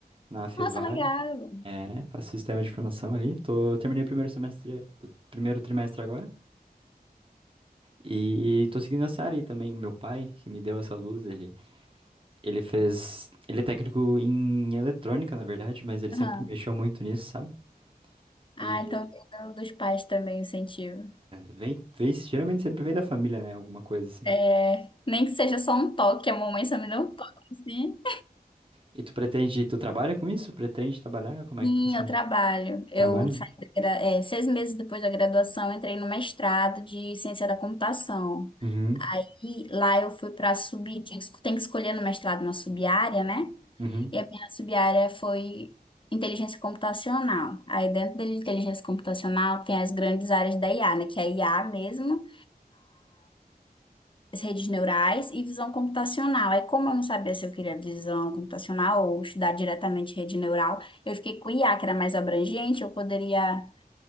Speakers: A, on the right; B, on the left.
A: na Fevale,
B: Nossa, legal.
A: é, faço sistema de informação ali. Tô, eu terminei o primeiro semestre, o primeiro trimestre agora. E tô seguindo essa área aí também. Meu pai, que me deu essa luz, ele, ele fez. Ele é técnico em eletrônica, na verdade, mas ele
B: Aham.
A: sempre mexeu muito nisso, sabe?
B: Ah,
A: E
B: então tem do- dos pais também o incentivo.
A: Vem, vem, geralmente sempre vem da família, né? Alguma coisa assim.
B: É, nem que seja só um toque, a mamãe só me deu um toque, assim.
A: E tu pretende, tu trabalha com isso? Pretende trabalhar? Como é
B: Sim,
A: que funciona?
B: eu trabalho. Eu
A: Trabalha?
B: saí da gra- eh, seis meses depois da graduação, eu entrei no mestrado de ciência da computação.
A: Uhum,
B: Aí lá eu fui para sub, tinha que- tem que escolher no mestrado uma sub-área, né?
A: uhum.
B: E a minha sub-área foi inteligência computacional. Aí dentro da inteligência computacional tem as grandes áreas da IA, né? Que é a IA mesmo, as redes neurais e visão computacional. Aí, como eu não sabia se eu queria visão computacional ou estudar diretamente rede neural, eu fiquei com o IA, que era mais abrangente, eu poderia